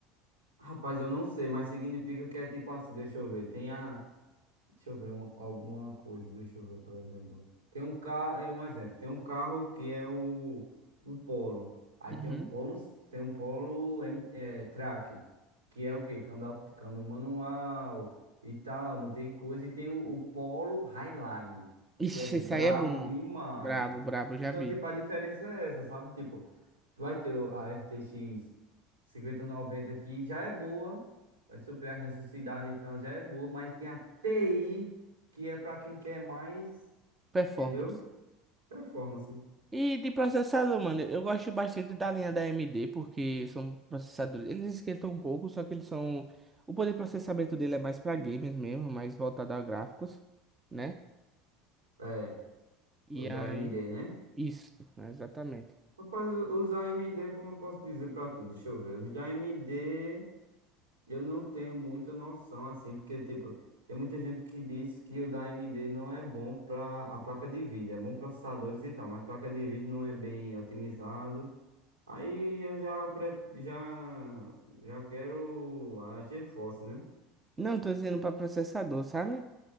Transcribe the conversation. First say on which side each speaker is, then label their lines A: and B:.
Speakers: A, on the right; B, on the right.
A: Rapaz, eu não sei, mas significa que é tipo assim, deixa eu ver, tem a, deixa eu ver um- alguma coisa, deixa eu ver, por exemplo. Tem um carro, é um exemplo, tem um carro que é o, o Polo. Aí
B: Uhum.
A: tem um Polo, tem um Polo em- é, Track, que é o quê? Câmbio, aut- câmbio manual e tal, não tem coisa. E tem o, o Polo Highline,
B: Ixi,
A: que é brabo
B: esse aí é bom.
A: demais.
B: Brabo, brabo,
A: Então,
B: já vi.
A: tipo, a diferença é essa, sabe? Tipo, Tu vai ter o- a RTX noventa aqui, já é boa, vai suprir as necessidades e tal, já é boa, mas tem a TI, que é pra quem quer mais,
B: Performance.
A: entendeu? Performance.
B: E de processador, mano, eu gosto bastante da linha da AMD, porque são processadores. Eles esquentam um pouco, só que eles são. O poder de processamento dele é mais pra games mesmo, mais voltado a gráficos, né?
A: É,
B: E
A: os
B: aí.
A: da AMD, né?
B: Isso, exatamente.
A: Rapaz, o- os da AMD, como eu posso dizer pra tu? Deixa eu ver. Os da AMD, eu não tenho muita noção assim, porque, tipo, tem muita gente que diz que o da AMD não é bom pra a placa de vídeo, é bom processadores e tal, mas a placa de vídeo não é bem otimizado. Aí eu já, pre- já, já quero a GeForce, né?
B: Não, tô dizendo pra processador, sabe?